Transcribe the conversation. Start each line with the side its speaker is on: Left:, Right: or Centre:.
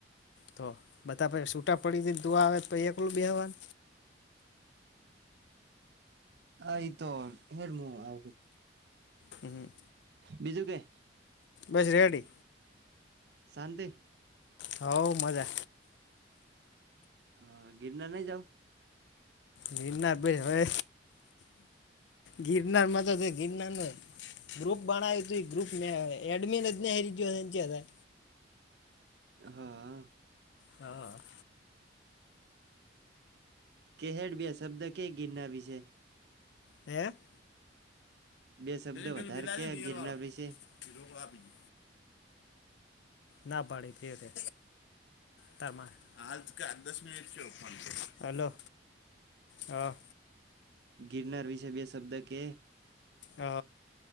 Left: તો બધા પે છૂટા પડી જી તુ આવે તો એકલું બેવાનું.
Right: હ એતો હેડમું આવ.
Left: હુ.
Right: બીજું કે?
Left: બસ રેડી.
Right: શાંતિ
Left: હવ મજા આવે.
Right: હ ગિરનાર નહીં જાવ.
Left: ગિરનાર પ હવે ગિરનારમાં તો છે, ગિરનાર નહીં. ગ્રુપ બનાવ્યું હતું ગ્રુપ એડમિન જ હતા.
Right: હા <inaudible>
Left: હા <inaudible>
Right: કે હેડ બે શબ્દ કઈ ગિરના વિશે.
Left: હે <inaudible>
Right: બે શબ્દ
Left: પેલું
Right: વધારે
Left: બિલાડી
Right: ક
Left: રિયલ
Right: ગિરનાર
Left: વાળો
Right: વિશે.
Left: એ રોકડો આપી દે ના પાડી ફેરે. તમારે આજ કે આ દસ મિનિટ શું. હલો હા.
Right: ગિરનાર વિશે બે શબ્દ કે
Left: હ